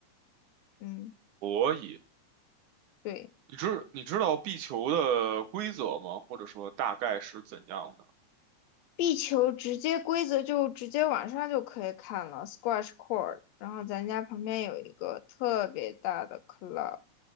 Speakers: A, on the left; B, on the right.
A: 嗯，
B: 所以，
A: 对，
B: 你知你知道壁球的规则吗？或者说大概是怎样的？
A: 壁球直接规则就直接网上就可以看了，squash court。然后咱家旁边有一个特别大的 club，